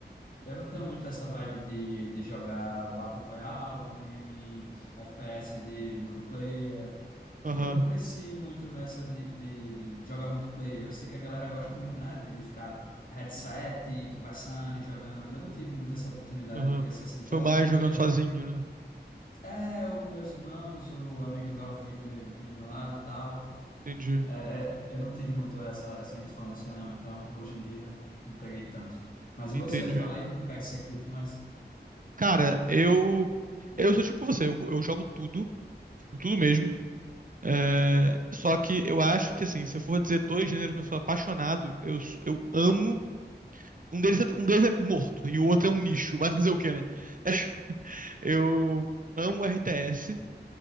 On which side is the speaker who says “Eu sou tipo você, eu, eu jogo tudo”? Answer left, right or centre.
Right